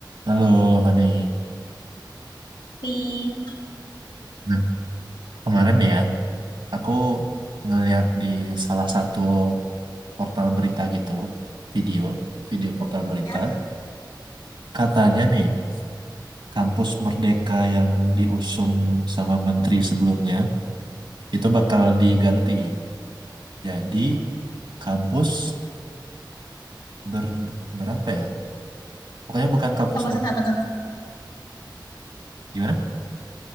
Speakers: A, on the right; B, on the left.
A: Halo Fani,
B: di
A: nah kemarin ya aku ngeliat di salah satu portal berita gitu, video, video portal berita,
B: Ya.
A: katanya nih kampus Merdeka yang diusung sama menteri sebelumnya itu bakal diganti. Jadi kampus ber, berapa ya? Pokoknya bukan kampus
B: kampus
A: Merdeka,
B: apa tuh?
A: gimana?